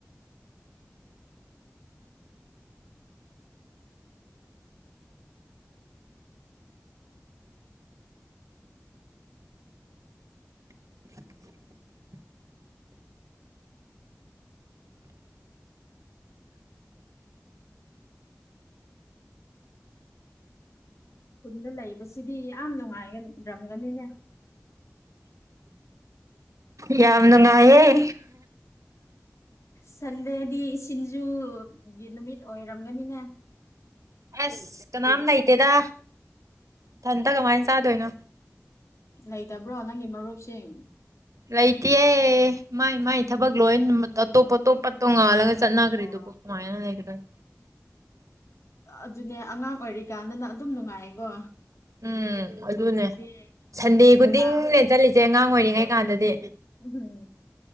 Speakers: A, on the right (about 85°); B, on the left (about 65°).
A: <inaudible> <unintelligible>
B: ꯈꯨꯟꯗ ꯂꯩꯕꯁꯤꯗꯤ ꯌꯥꯝ ꯅꯨꯡꯉꯥꯏꯒꯔꯝꯒꯅꯤꯅꯦ <inaudible> <unintelligible>
A: ꯌꯥꯎꯅꯅꯨꯡ ꯉꯌꯦꯦ
B: ꯁꯟꯗꯦꯗꯤ ꯁꯤꯡꯖꯨꯒꯤ ꯅꯨꯃꯤꯠ ꯑꯣꯏꯔꯝꯒꯅꯤꯅꯦ
A: ꯑꯁ ꯀꯅꯥꯝ ꯂꯩꯇꯦꯗ ꯏꯊꯟꯇ ꯀꯃꯥꯏꯅ ꯆꯥꯗꯣꯏꯅꯣ
B: ꯂꯩꯇꯕ꯭ꯔꯣ ꯅꯪꯒꯤ ꯃꯔꯨꯞꯁꯤꯡ
A: ꯂꯩꯇꯦ ꯃꯥꯏ ꯃꯥꯏ ꯊꯕꯛ ꯂꯣꯏ ꯑꯇꯣꯞ ꯑꯇꯣꯞꯄ ꯇꯣꯡꯉꯥꯜꯂꯒ ꯆꯠꯅꯈ꯭ꯔꯤꯗꯨꯕꯨ
B: ꯑꯣ
A: ꯀꯃꯥꯏꯅ ꯂꯩꯒꯗꯣꯏꯅꯣ
B: ꯑꯗꯨꯅꯦ ꯑꯉꯥꯡ ꯑꯣꯏꯔꯤꯀꯥꯟꯗꯅ ꯑꯗꯨꯝ ꯅꯨꯡꯉꯥꯏꯀꯣ
A: ꯎꯝ ꯑꯗꯨꯅꯦ
B: ꯍꯧꯖꯤꯛꯇꯤ
A: ꯁꯟꯗꯦ ꯈꯨꯗꯤꯡꯅꯦ
B: ꯃꯥ
A: ꯆꯠꯂꯤꯁꯦ ꯑꯉꯥꯡ ꯑꯣꯏꯔꯤꯉꯩ ꯀꯥꯟꯗꯗꯤ
B: ꯎꯝ